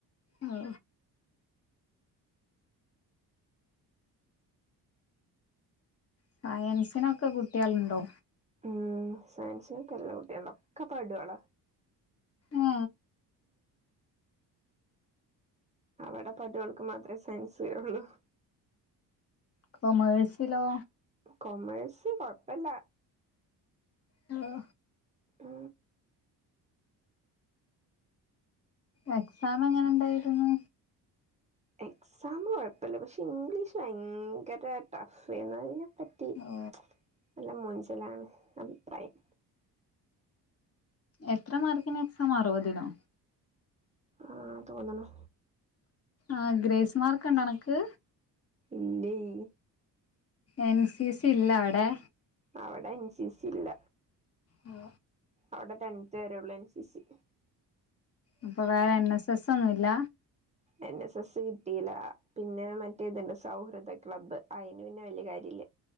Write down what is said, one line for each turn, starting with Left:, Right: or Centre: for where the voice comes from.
Left: ഓ സയൻസിനൊക്കെ കുട്ടികളുണ്ടോ
Right: ഉം സരി <unintelligible> കുട്ടിയുണ്ടും ക്കപടോള
Left: ആ
Right: അവടെ പടോൾക്ക് മാത്രേ സയൻസ് <unintelligible>
Left: കൊമേഴ്സിലോ
Right: കൊമേഴസ് കൊഴപ്പല്ല
Left: ഹലോ
Right: ആ
Left: എക്സാം എങ്ങനെണ്ടായിരുന്നു
Right: എക്സാം കൊഴപ്പല്ല പക്ഷെ ഇംഗ്ലീഷ് ഭയങ്കര ടഫേന്ന് പറ്റി
Left: ഓ
Right: നല്ല മൊഞ്ച് ലാണ് അഭിപ്രായം
Left: എത്ര മാർക്കിന് എക്സാം അറുപതിനോ
Right: ആ തോന്നണു
Left: ആ ഗ്രേസ്മാർക്കുണ്ടണക്ക്
Right: ഇല്ലേയ്
Left: എൻ സി സി ഇല്ലവടെ
Right: അവടെ എൻ സി സില്ല
Left: മ്
Right: അവ്ടെ ടെൻത്ത് വരെള്ളു എൻ സി സി
Left: അപ്പൊ വേ എൻ എസ് എസ് ഒന്നു ഇല്ല
Right: എൻ എസ് എസ് കിട്ടിയില്ല പിന്ന മറ്റേ ത്ണ്ട് സൗഹൃദ ക്ലബ് അയ്ന് പിന്നെ വല്ല്യ കാര്യ ഇല്ല